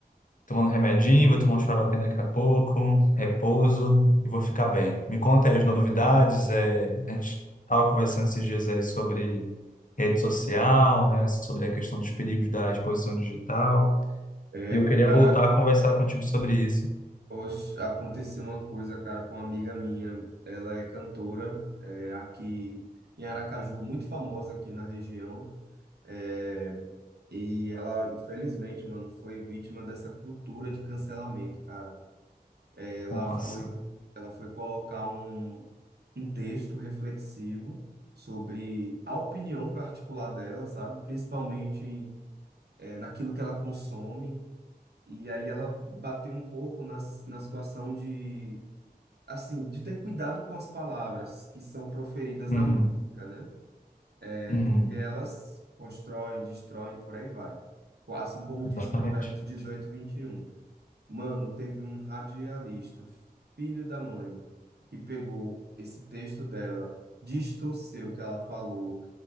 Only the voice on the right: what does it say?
É,
cara,
hoje aconteceu uma coisa, cara, com uma amiga minha. Ela é cantora, é, aqui em Aracaju, muito famosa aqui na região. É, e ela, infelizmente, mano, foi vítima dessa cultura de cancelamento, cara. Ela
foi, ela foi colocar um, um texto reflexivo sobre a opinião particular dela, sabe? Principalmente em eh, naquilo que ela consome. E aí ela bateu um pouco na, na situação de, assim, de ter cuidado com as palavras que são proferidas
na música, né? É
porque elas constroem, destroem, por aí vai. Assim como
diz Provérbios dezoito, vinte e um Mano, teve um radialista, filho da mãe, que pegou esse texto dela, distorceu o que ela falou,